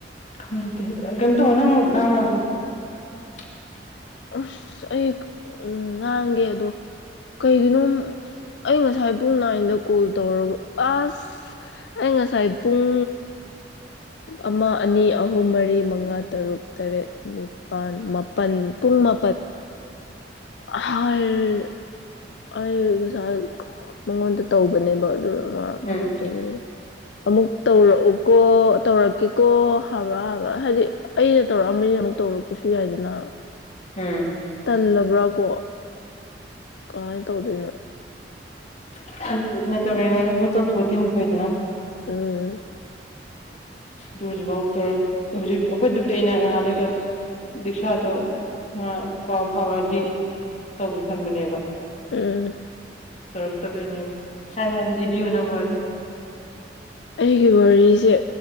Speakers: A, on the left; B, on the left.
A: ꯈꯪꯗꯦ ꯀꯩꯅꯣ ꯇꯧꯔꯣ ꯅꯪꯅ ꯉꯥꯡꯉꯣ ꯑꯗꯨꯝ <inaudible>
B: ꯑꯁ ꯑꯩ ꯎꯝ ꯉꯥꯡꯒꯦ ꯑꯗꯣ ꯀꯩꯒꯤꯅꯣ ꯑꯩ ꯉꯁꯥꯏ ꯄꯨꯡ ꯅꯥꯏꯟꯗ ꯀꯣꯜ ꯇꯧꯔꯒ ꯑꯁ ꯑꯩ ꯉꯁꯥꯏ ꯄꯨꯡ ꯑꯃ ꯑꯅꯤ ꯑꯍꯨꯝ ꯃꯔꯤ ꯃꯉꯥ ꯇꯔꯨꯛ ꯇꯔꯦꯠ ꯅꯤꯄꯥꯜ ꯃꯥꯄꯜ ꯄꯨꯡ ꯃꯥ <unintelligible> ꯑꯩ ꯉꯁꯥꯏ ꯃꯉꯣꯟꯗ ꯇꯧꯕꯅꯦꯕ ꯑꯗꯨ <unintelligible>
A: ꯎꯝ
B: ꯑꯃꯨꯛ ꯇꯧꯔ ꯀꯣ ꯇꯧꯔꯛꯀꯦꯀꯣ ꯍꯥꯕ꯭ꯔꯥ ꯍꯥꯏꯕ꯭ꯔꯥ ꯍꯥꯏꯗꯤ ꯑꯩꯅ ꯇꯧꯔꯛꯑꯝꯕꯅꯤꯅ ꯑꯃꯨꯛ ꯇꯧꯔꯛꯄꯁꯨ ꯌꯥꯏꯗꯅ
A: ꯎꯝ
B: ꯇꯜꯂꯕ꯭ꯔꯥ ꯀꯣ ꯀꯃꯥꯏꯅ ꯇꯧꯗꯣꯏꯅꯣ
A: <unintelligible> ꯐꯩꯗꯅ
B: ꯎꯝ
A: ꯑꯗꯨ ꯍꯧꯖꯤꯛꯐꯥꯎꯇ ꯍꯧꯖꯤꯛ ꯑꯩꯈꯣꯏꯗꯨꯕꯨꯗꯤ ꯑꯩꯅ ꯉꯍꯥꯟꯗꯩ ꯀ ꯔꯤꯛꯁꯥꯗꯣ ꯃꯥ ꯄꯥꯎ ꯐꯥꯎꯔꯗꯤ ꯇꯧꯒꯦ ꯈꯟꯕꯅꯦꯕ
B: ꯎꯝ
A: ꯇꯧꯔꯛꯇꯕꯩꯅꯦꯕ ꯐꯥꯏ ꯍꯥꯏꯕꯗꯤ ꯂꯤꯕꯤꯌꯨ ꯅꯪ ꯋꯥꯔꯤ
B: ꯑꯩꯒꯤ ꯋꯥꯔꯤꯁꯦ